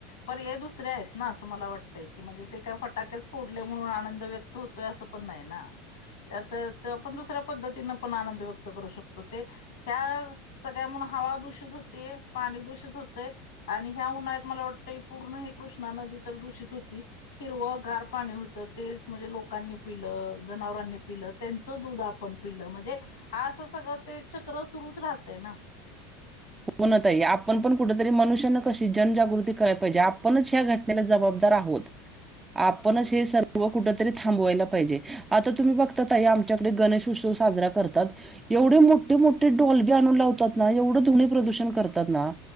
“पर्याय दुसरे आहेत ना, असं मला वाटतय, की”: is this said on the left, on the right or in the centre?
Left